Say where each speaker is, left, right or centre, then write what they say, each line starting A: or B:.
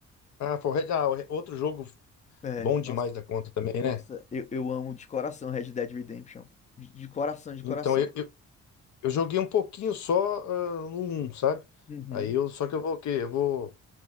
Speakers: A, on the left; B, on the left.
A: Ah, foi o Red- ah, o Re- outro jogo
B: É,
A: Bom demais
B: nossa.
A: da conta também,
B: Nossa,
A: né?
B: eu, eu amo de coração Red Dead Redemption. De, de coração, de
A: Então,
B: coração.
A: eu, eu, eu joguei um pouquinho só ah, no um sabe?
B: Uhum.
A: Aí eu, só que eu vou o quê? Eu vou,